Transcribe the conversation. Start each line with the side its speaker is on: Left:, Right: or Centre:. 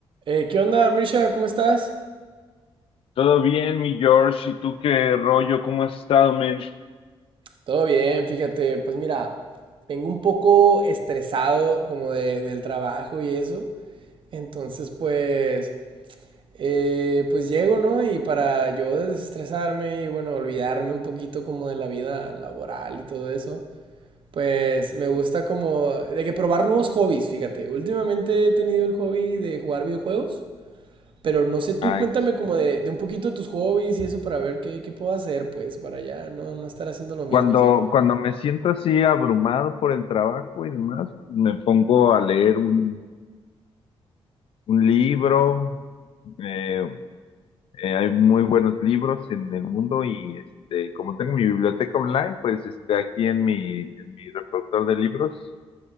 Right: Eh, ¿qué onda, Mirsha? ¿Cómo estás?
Left: Todo bien, mi George. ¿Y tú qué rollo? ¿Cómo has estado, men?
Right: Todo bien, fíjate, pues mira, vengo un poco estresado como de- del trabajo y eso, entonces pues, eh, pues llego, ¿no? Y para yo desestresarme y bueno, olvidarme un poquito como de la vida laboral y todo eso, pues me gusta como de que probar nuevos hobbies, fíjate, últimamente he tenido el hobby de jugar videojuegos. Pero no sé, tú
Left: Ay,
Right: cuéntame como de, de un poquito de tus hobbies y eso para ver qué, qué puedo hacer, pues, para ya no, no estar haciendo lo mismo
Left: cuando,
Right: siempre.
Left: cuando me siento así abrumado por el trabajo y demás, me pongo a leer un, un libro. eh, eh, hay muy buenos libros en el mundo y este, como tengo mi biblioteca online, pues este, aquí en mi, en mi reproductor de libros